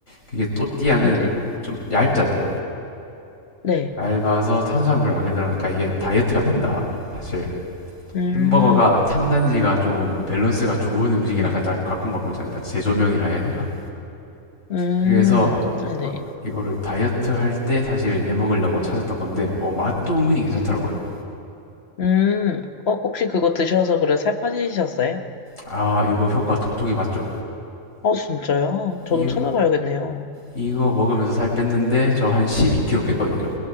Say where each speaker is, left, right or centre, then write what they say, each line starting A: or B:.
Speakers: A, on the left (about 75°); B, on the left (about 55°).
A: 그게 또띠아는
B: 네네,
A: 좀 얇잖아요.
B: 네,
A: 얇아서 탄수화물 안 들어가니까 이게 다이어트가 된다. 사실
B: 음,
A: 햄버거가 탄단지가 좀 밸런스가 좋은 음식이라
B: 네,
A: 살짝 각광받고 있잖아요. 사실 재조명이라 해야 되나?
B: 음,
A: 그래서
B: 네네,
A: 이거를 다이어트 할 때 사실 해 먹으려고 찾았던 건데 어, 맛도 은근히 괜찮더라고요.
B: 음, 음, 어, 혹시 그거 드셔서 그래 살 빠지셨어요?
A: 아, 이거 효과 톡톡이 봤죠.
B: 어, 진짜요? 저도
A: 이거
B: 찾아봐야겠네요.
A: 이거 먹으면서 살 뺐는데 저 한 12kg
B: 네.
A: 뺐거든요.